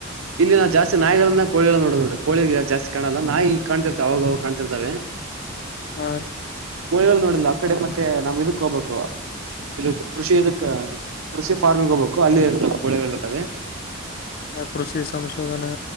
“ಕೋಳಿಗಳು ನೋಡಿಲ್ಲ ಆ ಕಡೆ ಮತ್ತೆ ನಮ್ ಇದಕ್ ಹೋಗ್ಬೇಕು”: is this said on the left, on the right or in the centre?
Right